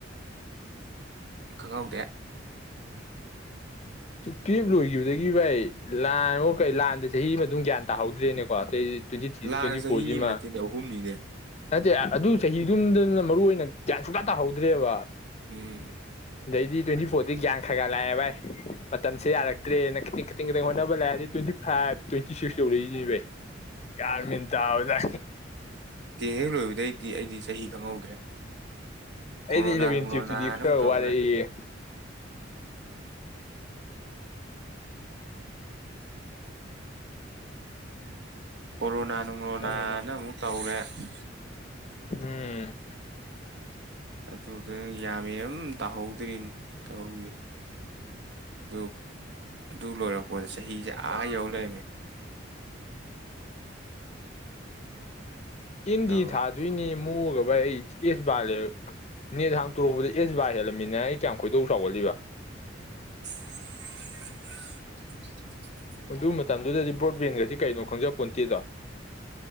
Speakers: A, on the right; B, on the left.
A: ꯈꯪꯍꯧꯗꯦ
B: ꯇꯨꯌꯦꯜꯞ ꯂꯣꯏꯈꯤꯕꯗꯒꯤ ꯚꯥꯏ ꯂꯥꯟ ꯑꯃꯨꯛ ꯀꯩ ꯂꯥꯟꯗ ꯆꯍꯤ ꯑꯃ ꯑꯗꯨꯝ ꯒ꯭ꯌꯥꯟ ꯇꯥꯍꯧꯗ꯭ꯔꯦꯅꯦꯀꯣ ꯑꯇꯩ ꯇ꯭ꯋꯦꯟꯇ ꯊꯔꯤ
A: ꯂꯥꯟꯅ
B: ꯇ꯭ꯋꯦꯟꯇꯤ
A: ꯆꯍꯤ
B: ꯐꯣꯔ ꯖꯤ
A: ꯑꯃ ꯅꯠꯇꯦꯅꯦ ꯑꯍꯨꯝꯅꯤꯅꯦ
B: ꯑꯗꯨ ꯆꯍꯤꯗꯨꯝꯗꯅ ꯃꯔꯨꯑꯣꯏ ꯑꯣꯏꯅ ꯒ꯭ꯌꯥꯟ ꯁꯨꯀ ꯇꯥꯍꯧꯗ꯭ꯔꯦꯕ
A: ꯎꯝ
B: ꯗꯩꯗꯤ ꯇ꯭ꯋꯦꯟꯇꯤ ꯄꯨꯗꯤ ꯥꯡ ꯈꯒꯂꯦ ꯚꯥꯏ ꯃꯇꯝꯁꯦ ꯌꯥꯔꯛꯇ꯭ꯔꯦꯅ ꯈꯤꯇꯪ ꯈꯤꯇꯪ ꯈꯤꯇꯪ ꯍꯣꯠꯅꯕ ꯂꯩꯗꯤ ꯇ꯭ꯋꯦꯟꯇꯤ ꯐꯥꯏꯚ ꯇ꯭ꯋꯦꯟꯇꯤ ꯁꯤꯛꯁ ꯌꯧꯔꯛꯏꯁꯤꯅꯤꯚꯩ ꯌꯥꯔꯃꯤꯟ ꯇꯥ ꯑꯣꯖꯥ
A: ꯀꯍꯦ ꯂꯣꯏꯗ ꯗꯤ ꯑꯩꯗꯤ ꯆꯍꯤ ꯈꯪꯍꯧꯗ꯭ꯔꯦ
B: ꯑꯩꯗꯤ
A: ꯀꯣꯔꯣꯅꯥ
B: ꯏꯂꯚꯦꯟ
A: ꯅꯨꯡꯂꯣꯅꯥꯅ
B: ꯇꯨꯌꯦꯞꯇꯨꯗꯤ ꯈꯔ
A: ꯑꯃꯨꯛ ꯇꯧꯈ꯭ꯔꯦ
B: ꯋꯥꯔꯛꯏꯌꯦ
A: ꯀꯣꯔꯣꯅꯥ ꯅꯨꯡꯂꯣꯅꯥꯅꯪ
B: ꯈꯤꯇꯪ
A: ꯑꯃꯨꯛ ꯇꯧꯔꯦ ꯎ
B: ꯍꯝ
A: ꯑꯗꯨꯗꯨ ꯌꯥꯝꯃꯦ ꯑꯗꯨꯝ ꯇꯥꯍꯧꯗ꯭ꯔꯤꯅ ꯇꯧꯍꯧꯔꯤ ꯑꯗꯨ ꯑꯗꯨ ꯂꯣꯏꯔꯛꯄ ꯍ ꯆꯍꯤꯁꯦ ꯑꯥ ꯌꯧ ꯂꯩꯔꯝꯃꯦ
B: ꯏꯟꯗꯤ
A: ꯇꯧ
B: ꯊꯥꯗꯣꯏꯅꯦ ꯃꯣꯒ ꯕꯥꯏ ꯑꯩ ꯑꯦꯁ ꯕꯥ ꯅꯦꯠ ꯍꯥꯡꯇꯣꯔꯛꯄꯗ ꯑꯦꯁ ꯕꯥꯔ ꯍꯦꯜꯂꯝꯃꯤꯅ ꯑꯩ ꯀꯌꯥꯝ ꯈꯣꯏꯗꯧ ꯆꯥꯎꯒꯠꯂꯤꯕ
A: <inaudible>
B: ꯑꯗꯨ ꯃꯇꯝꯗꯨꯗꯗꯤ ꯕ꯭ꯔꯣꯗꯕꯦꯟꯒꯁꯤ ꯀꯩꯅꯣ ꯈꯪꯖ ꯄꯨꯟꯇꯤꯗ